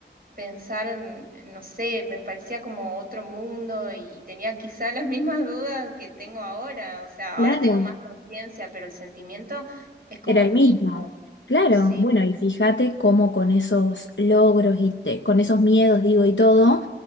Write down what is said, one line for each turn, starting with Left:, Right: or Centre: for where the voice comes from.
Right: pensar, en, no sé, me parecía como otro mundo y, y tenía quizá <laughs> las mismas dudas que tengo ahora, o sea,
Left: Claro,
Right: ahora tengo más conciencia, pero el sentimiento es como
Left: era
Right: el
Left: el
Right: mismo,
Left: mismo. Claro,
Right: sí.
Left: bueno, y fíjate cómo con esos logros y te- con esos miedos, digo, y todo,